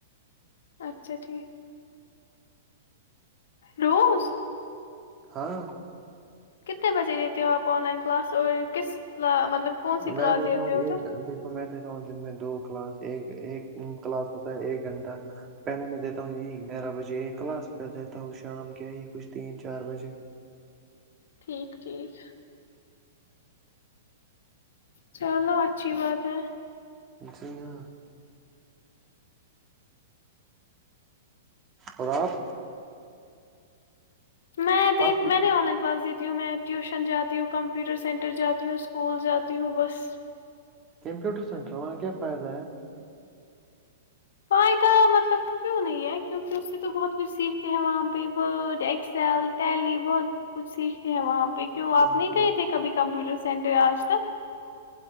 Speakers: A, on the left; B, on the right.
A: اچھا ٹھیک روز
B: ہاں
A: کتنے بجے دیتے ہو آپ آن لائن کلاس اور کس مطلب کون سی
B: میں
A: کلاس
B: دیتا
A: دیتے
B: ہوں
A: ہو
B: ایک
A: تم
B: دیکھو میں دن میں دو کلاس ایک ایک کلاس ہوتا ہے ایک گھنٹہ پہلے میں دیتا ہوں یہی گیارہ بجے یہ کلاس پھر دیتا ہوں شام کے یہ کچھ تین چار بجے
A: ٹھیک ٹھیک چلو اچھی بات ہے
B: جی ہاں اور آپ
A: میں دیتی
B: آپ کی
A: میں نہیں آن لائن کلاس دیتی تی ہوں میں ٹیوشن جاتی ہوں کمپیوٹر سینٹر جاتی ہوں اسکول جاتی ہوں بس
B: کمپیوٹر سینٹر وہاں کیا فائدہ ہے
A: پائید مطلب کیوں نہیں کیونکہ اس سے تو بہت کچھ سیکھتے ہیں وہاں پہ وورڈ ایککسل ٹیلی بہت کچھ سی وہاں پہ کیوں
B: ٹھیک
A: آپ نہیں
B: ٹھیک،
A: گئے تھے کبھی کمپیوٹر سینٹر ر آج تک <unintelligible>